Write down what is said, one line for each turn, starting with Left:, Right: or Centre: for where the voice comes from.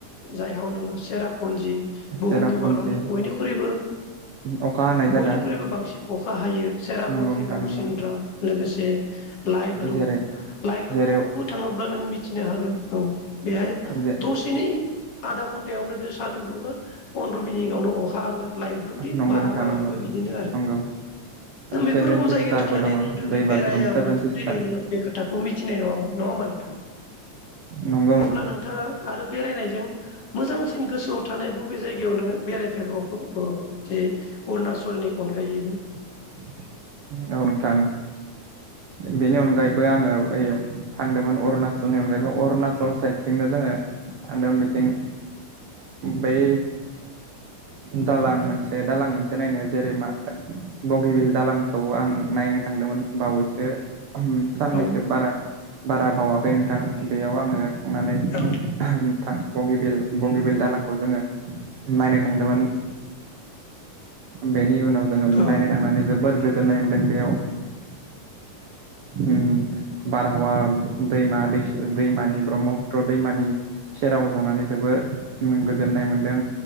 Left: जायहा नोङो सेरापन्जि बुहुमनि
Right: सेरापुन्जि
Left: मादावनो बयनिख्रुइबो
Right: अखा हानाय जायगा
Left: बयनिख्रुइबो बांसिन अखा हायो सेरापन्जि
Right: नंगौ नोंथां
Left: मौसिन
Right: नंगौ
Left: राम लोगोसे लाइट लुम
Right: जेरै
Left: लाइट लुमावबो
Right: जेरै
Left: थाङोब्ला नोङो मिथिनो हागो औ बेहाय
Right: जे
Left: दसेनै आधा घन्टायावनो सान्दुं दुंगोन फन्द्र' मिनिटआवनो अ'खा होगोन लाइट लुमनि
Right: नंगौ
Left: बारहावायाबो
Right: नोंथां नंगौ
Left: बिदिनो आरो।
Right: नंगौ
Left: नों बेफोर
Right: सेभेन
Left: गुबुन
Right: सिस्टारबो
Left: जायगायाव थांनानै
Right: दङ
Left: नों जुदि
Right: दै बाज्रुम
Left: बेरायामोनथ'
Right: सेभेन सिस्टार
Left: दिनै नोङो बे खोथाखौ मिथिनाय नङामोन नङा होमबा। नोंथां
Right: नंगौ
Left: अब्ला नोंथाङा आरो बेरायनायजों मोजांसिन गोसोआव थानाय बबे जायगायाव नोङो बेरायफेरबावगो ओ जे अरुणचलनि अनगायैबो
Right: <inaudible> औ नोंथां बेनि अनगायैबो आङो ओइ थांदोंमोन अरुणचल नि अनगायैबो अरुणाचल साइदथिंनो जोङो थांदोंमोन बिथिं बै दालां मोनसे दालां मोनसे नायनो जेरै' मा बगिबिल दालांखौ आं नायनो थांदोंमोन बावैसो ओम साननैसो
Left: औ
Right: बारा बारा बावा फै नोंथां बेयाव आङो थांनानै
Left: औ
Right: थां बगबिल बगिबिल दालांखौ जोङो नायनो थांदोंमोन बेनि उनाव जोङो
Left: औ
Right: नायनो थांनानै जोबोर गोजोननाय मोनदों बेयाव ओम बारहावा दैमा दैस दै दैमानि ब्रह्मपुत्र दैमानि सेराव जनानै जोबोर गोजोननाय मोनदों